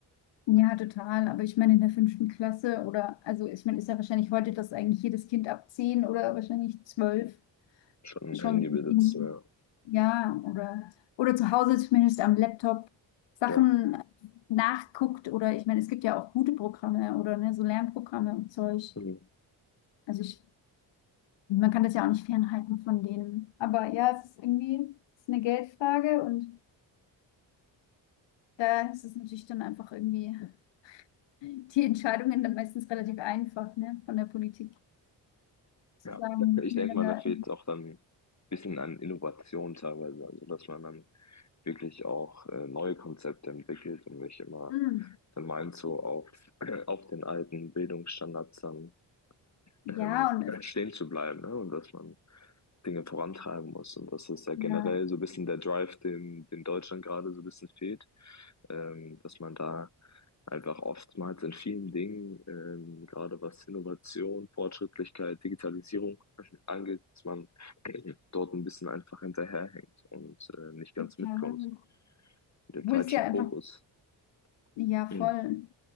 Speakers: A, on the left; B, on the left.
A: Ja, total. Aber ich meine, in der fünften Klasse oder, also ich meine, ist ja wahrscheinlich heute, dass eigentlich jedes Kind ab zehn oder wahrscheinlich zwölf
B: Schon
A: schon
B: ein Handybesitz,
A: irgendwie,
B: ja.
A: ja, oder, oder zu Hause zumindest am Laptop Sachen
B: Ja.
A: nachguckt oder ich meine, es gibt ja auch gute Programme oder ne, so Lernprogramme und Zeug.
B: Mhm.
A: Also ich, man kann das ja auch nicht fernhalten von denen. Aber ja, es ist irgendwie, es ist eine Geldfrage und da ist es natürlich dann einfach irgendwie die Entscheidungen dann meistens relativ einfach, ne, von der Politik zu
B: Ja,
A: sagen, ich
B: ich
A: will
B: denke
A: dann
B: mal,
A: da.
B: da fehlt auch dann ein bisschen an Innovation teilweise, also dass man dann wirklich auch äh, neue Konzepte entwickelt und nicht immer
A: Hm.
B: dann meint, so auf, <clears throat> auf den alten Bildungsstandards dann ähm,
A: Ja, und
B: stehen zu bleiben, ne? Und dass man Dinge vorantreiben muss. Und das ist ja generell
A: ja,
B: so ein bisschen der Drive, den, den Deutschland gerade so ein bisschen fehlt, ähm, dass man da einfach oftmals in vielen Dingen, ähm, gerade was Innovation, Fortschrittlichkeit, Digitalisierung angeht, dass man <clears throat> dort ein bisschen einfach hinterherhängt und äh, nicht ganz
A: total.
B: mitkommt. Mit dem
A: Obwohl
B: falschen
A: es ja einfach
B: Fokus. <clears throat>
A: Ja, voll.
B: Mhm.